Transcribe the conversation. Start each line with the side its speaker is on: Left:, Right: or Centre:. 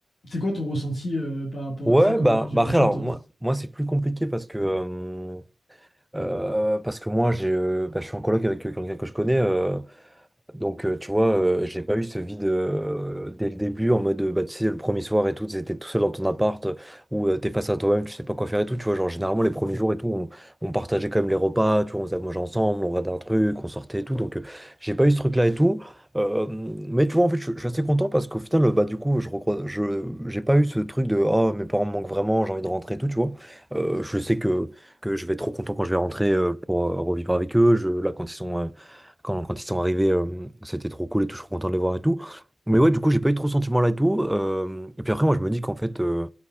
Left: c'est quoi ton ressenti euh, par rapport
Centre: Ouais,
Left: à ça? Comment
Centre: bah,
Left: t'as géré
Centre: bah après,
Left: ça,
Centre: alors,
Left: toi?
Centre: moi, moi c'est plus compliqué parce que, euh, euh, parce que moi, j'ai, euh, bah, je suis en coloc avec euh, quelqu'un que je connais. euh, Donc, euh, tu vois, euh, j'ai pas eu ce vide euh, dès le début, en mode, euh, bah, tu sais, le premier soir et tout, t'étais tout seul dans ton appart, euh, où euh, t'es face à toi-même, tu sais pas quoi faire et tout, tu vois, genre, généralement, les premiers jours et tout, on, on partageait quand même les repas, tu vois, on faisait à manger ensemble, on regardait un truc, on sortait et tout, donc euh, j'ai pas eu ce truc-là et tout. Euh, mais tu vois, en fait, je, je suis assez content parce qu'au final, euh, bah, du coup, je, recro- je, j'ai pas eu ce truc de, oh, mes parents me manquent vraiment, j'ai envie de rentrer et tout, tu vois. Euh, je sais que, que je vais être trop content quand je vais rentrer euh, pour euh, revivre avec eux, je, là, quand ils sont... euh, quand, quand ils sont arrivés, euh, c'était trop cool et tout, je suis content de les voir et tout. Mais ouais, du coup, j'ai pas eu trop ce sentiment-là et tout. euh, et puis après, moi, je me dis qu'en fait, euh,